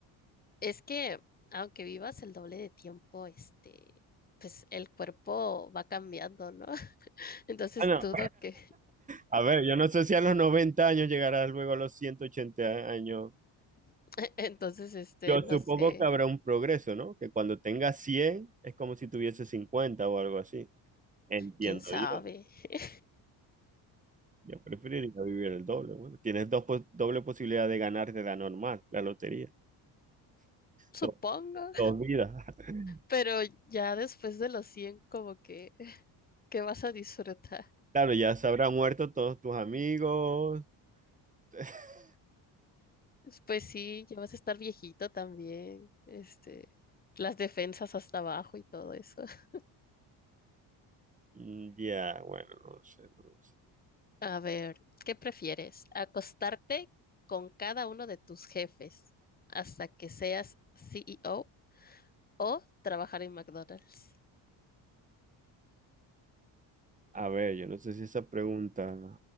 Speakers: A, on the left; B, on the right.
A: es que aunque vivas el doble de tiempo, este, pues el cuerpo va cambiando, ¿no? <laughs> Entonces
B: Ah, no.
A: dudo que,
B: A ver, yo no sé si a los 90 años llegarás luego a los ciento ochenta años
A: <laughs> entonces, este,
B: Yo
A: no
B: supongo
A: sé,
B: que habrá un progreso, ¿no? Que cuando tenga 100 es como si tuviese 50 o algo así. Entiendo
A: quién sabe.
B: yo.
A: <laughs>
B: Yo preferiría vivir el doble. Bueno, tienes dos pos- doble posibilidad de ganar de la normal, la lotería.
A: Supongo
B: Do- dos vidas. <laughs>
A: Pero ya después de los 100 como que, ¿qué vas a disfrutar?
B: Claro, ya se habrán muerto todos tus amigos. <laughs>
A: Pues sí, ya vas a estar viejito también, este, las defensas hasta abajo y todo eso. <laughs>
B: Mm, Ya, bueno, no sé, no lo sé.
A: A ver, ¿qué prefieres? ¿Acostarte con cada uno de tus jefes hasta que seas CEO o o trabajar en McDonald's?
B: A ver, yo no sé si esa pregunta